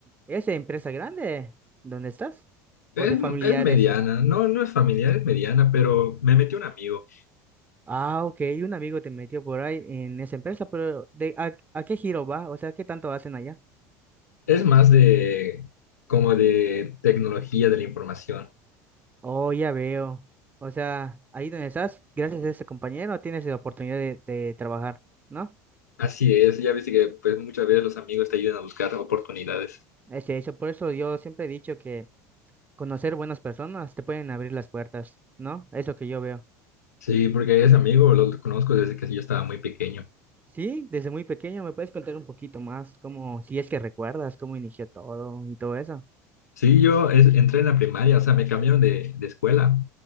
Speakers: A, on the right (about 20°); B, on the left (about 80°).
A: ¿es de empresa grande donde estás?
B: Es,
A: ¿O de familiares?
B: es mediana, no, no es familiar, es mediana, pero me metió un amigo.
A: Ah, ok, un amigo te metió por ahí en esa empresa, pero ¿de, a, a qué giro va? O sea, ¿qué tanto hacen allá?
B: Es más de como de tecnología de la información.
A: Oh, ya veo. O sea, ahí donde estás, gracias a ese compañero, tienes la oportunidad de, de trabajar, ¿no?
B: Así es, ya viste que pues muchas veces los amigos te ayudan a buscar oportunidades.
A: Es eso, por eso yo siempre he dicho que conocer buenas personas te pueden abrir las puertas, ¿no? Es lo que yo veo.
B: Sí, porque ese amigo lo conozco desde que yo estaba muy pequeño.
A: Sí, desde muy pequeño, ¿me puedes contar un poquito más? Cómo, si es que recuerdas cómo inició todo y todo eso.
B: Sí, yo es- entré en la primaria, o sea, me cambiaron de, de escuela